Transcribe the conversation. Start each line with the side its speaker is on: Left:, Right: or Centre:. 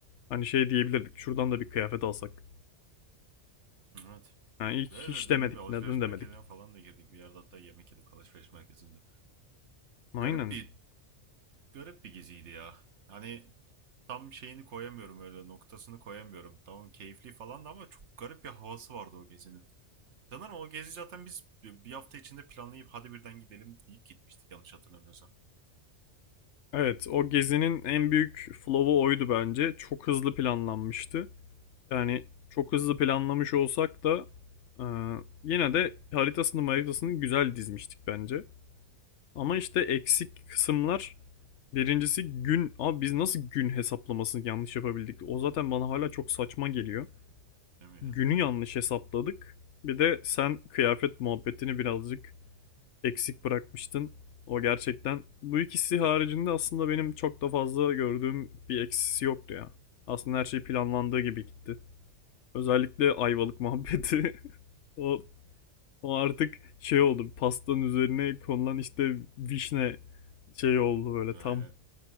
Left: Hani şey diyebilirdik şuradan da bir kıyafet alsak.
Right: Evet.
Left: Yani hiç,
Right: Ve
Left: hiç
Right: de dediğim
Left: demedik
Right: gibi alışveriş
Left: neden demedik.
Right: merkezine falan da girdik. Bir yerde hatta yemek yedik alışveriş merkezinde.
Left: Aynen
Right: Garip bir garip bir geziydi ya. Hani tam şeyini koyamıyorum öyle noktasını koyamıyorum. Tamam keyifli falan da ama çok garip bir havası vardı o gezinin. Sanırım o gezi zaten biz bir bir hafta içinde planlayıp hadi birden gidelim deyip gitmiştik yanlış hatırlamıyorsam.
Left: Evet, o gezinin en büyük flaw'u oydu bence. Çok hızlı planlanmıştı. Yani çok hızlı planlamış olsak da e, yine de haritasını haritasını güzel dizmiştik bence. Ama işte eksik kısımlar birincisi gün. Abi biz nasıl gün hesaplamasını yanlış yapabildik? O zaten bana hala çok saçma geliyor.
Right: Değil mi ya?
Left: Günü yanlış hesapladık. Bir de sen kıyafet muhabbetini birazcık eksik bırakmıştın. O gerçekten. Bu ikisi haricinde aslında benim çok da fazla gördüğüm bir eksisi yoktu ya. Aslında her şey planlandığı gibi gitti. Özellikle Ayvalık muhabbeti. <laughs> o, o artık şey oldu. Pastanın üzerine konulan işte vişne şey oldu
Right: <laughs>
Left: böyle
Right: Aynen.
Left: tam